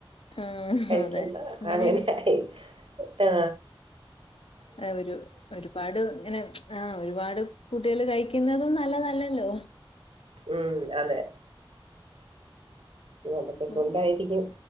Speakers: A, on the left; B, on the right.
A: ആ
B: കഴിക്കണ്ട
A: അതെ ഇങ്ങനെരു
B: അങ്ങനെയായി ആ
A: അ ഒരു ഒരുപാട് ഇങ്ങനെ ആ ഒരുപാട് കുട്ടികള് കഴിക്കുന്നതും നല്ല തല്ലല്ലോ
B: ഉം അതെ അതൊക്കെ
A: ഉം
B: കൊണ്ടായിരിക്കും